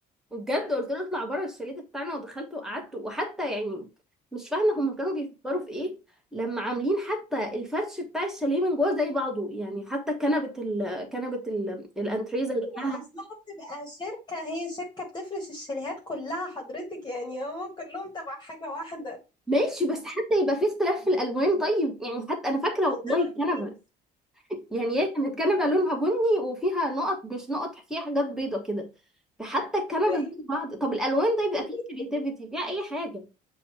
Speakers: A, in the centre; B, on the left.
A: وبجد قلت له اطلع بره الشاليه ده بتاعنا ودخلت وقعدت وحتى يعني مش فاهمه هم كانوا بيفكروا في ايه لما عاملين حتى الفرش بتاع الشاليه من جوه زي بعضه يعني حتى كنبه ال كنبه ال الانتريه زي بعضها
B: اصلها بتبقى شركة هي شركة بتفرش الشاليهات كلها حضرتك يعني هم كلهم تبع حاجة واحدة <laughs>
A: ماشي بس حتى يبقى في اختلاف في الالوان طيب يعني حتى انا فاكره والله
B: أنا ما
A: الكنبه
B: فيش-
A: يعني هي كانت كنبه لونها بني وفيها نقط مش نقط فيها حاجات بيضه كده حتى الكنبه
B: أيوة.
A: زي بعض طب الالوان ده يبقى
B: <laughs>
A: فيه كرياتيفيتي فيها اي حاجه